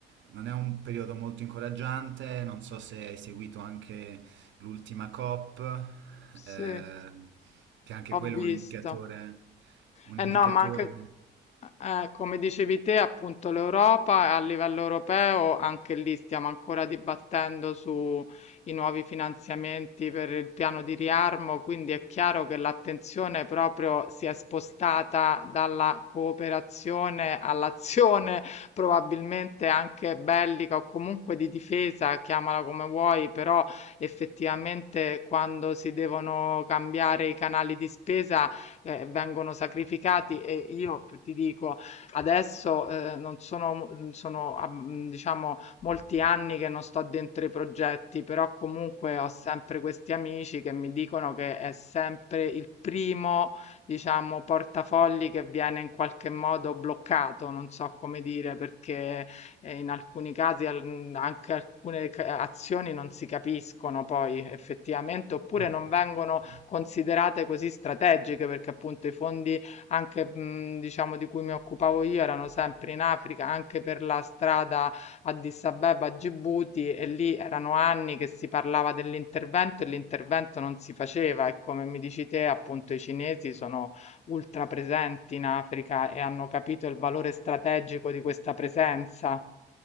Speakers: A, on the right; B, on the left.
A: non è un periodo molto incoraggiante, non so se hai seguito anche l'ultima COP,
B: sì,
A: eh, che anche
B: ho
A: quello
B: visto.
A: è un indicatore, un
B: Eh
A: indicatore...
B: no, ma anche, eh, come dicevi te, appunto l'Europa a livello europeo, anche lì stiamo ancora dibattendo sui nuovi finanziamenti per il piano di riarmo, quindi è chiaro che l'attenzione proprio si è spostata dalla cooperazione all'azione probabilmente anche bellica o comunque di difesa, chiamala come vuoi, però effettivamente quando si devono cambiare i canali di spesa eh, vengono sacrificati e io ti dico adesso eh, non sono, sono ah, mh, diciamo molti anni che non sto dentro i progetti, però comunque ho sempre questi amici che mi dicono che è sempre il primo, diciamo, portafogli che viene in qualche modo bloccato, non so come dire, perché eh, in alcuni casi al- anche alcune ca- azioni non si capiscono poi effettivamente, oppure
A: sì.
B: non vengono considerate così strategiche perché appunto i fondi anche mh, diciamo di cui mi occupavo io erano sempre in Africa, anche per la strada Addis Abeba a Gibuti e lì erano anni che si parlava dell'intervento e l'intervento non si faceva e come mi dici te appunto i cinesi sono ultra presenti in Africa e hanno capito il valore strategico di questa presenza.